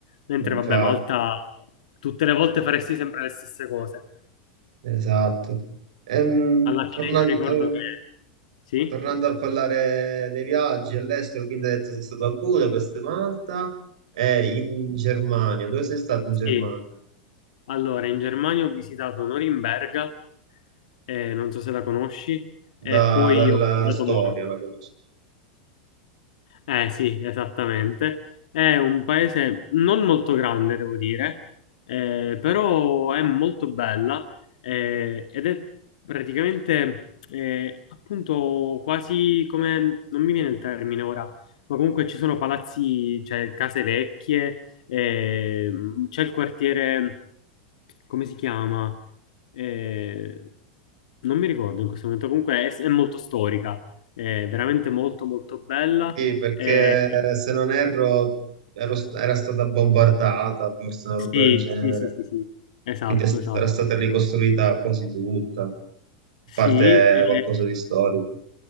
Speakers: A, on the left (about 70°); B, on the right (about 70°).
A: Mentre,
B: No, Infatti,
A: vabbè, Malta, tutte le volte faresti sempre le stesse cose.
B: esatto. Ehm,
A: Alla
B: tornando,
A: fine io ricordo che... Sì?
B: tornando a parlare dei viaggi all'estero, quindi hai detto sei stato a Budapest, Malta e in Germania. Dove sei stato in
A: Sì.
B: Germania?
A: Allora, in Germania ho visitato Norimberga, eh, non so se la conosci,
B: Da-
A: e poi
B: dalla
A: ho visitato
B: storia
A: Monaco.
B: la conosco.
A: Eh sì, esattamente. È un paese non molto grande, devo dire, eh, però è molto bella eh, ed è praticamente eh, appunto quasi come, non mi viene il termine ora, ma comunque ci sono palazzi, cioè case vecchie, eh, c'è il quartiere come si chiama? Eh, non mi ricordo in questo momento, comunque è, è molto storica, è veramente molto molto bella.
B: Sì, perché
A: Eh,
B: se non erro, ero st- era stata bombardata, forse una roba
A: sì,
B: del genere.
A: sì, sì, sì, sì, esatto,
B: Quindi è st-
A: esatto.
B: era stata ricostruita quasi tutta, a
A: Sì,
B: parte
A: eh,
B: qualcosa di storico.